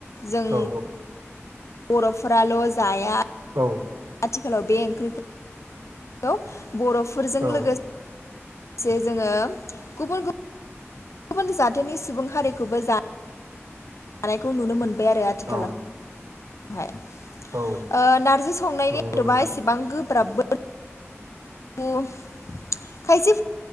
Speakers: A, on the left; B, on the right.
A: जों
B: औ
A: बर'फोराल' जाया
B: औ
A: आथिखालाव बे ओंख्रिखौ खौ‌ बर'फोरजों
B: औ
A: लोगोसे लोगोसे जोङो गुबुन गुबुन गुबुन जाथोनि सुबुं हारिखौबो जा जानायखौ नुनो मोनबाय आरो आथिखालाव।
B: औ
A: हाय
B: औ
A: ओ नारजि संनायनि
B: नंगौ
A: आदबा
B: नोंथां
A: एसेबां गोब्राबबो उम खायसे